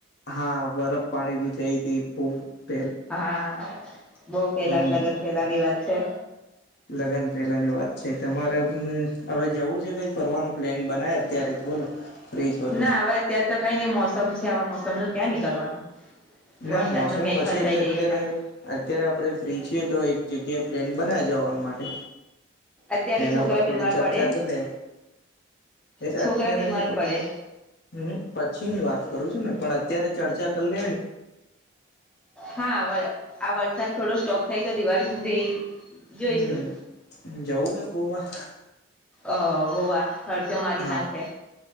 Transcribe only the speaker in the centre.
હા બવ પેલા
લગ્ન પેલા ની વાત છે.
ના હવે અત્યારે તો કઈ નઈ મોસમ છે આવા મોસમ નું ક્યાં નીકળવાનું.
વરસાદમાં
ક્યાંય
ફસાઈ
જઈએ પાછ
અત્યારે
છોકરા
બીમાર
પડે
છોકરા
બીમાર
પડે
હા વલ આ વરસાદ થોડો સ્ટોપ થાય તો દિવાળી સુધી જોઈશું
અ ગોવા ખર્ચો મારી
નાખે.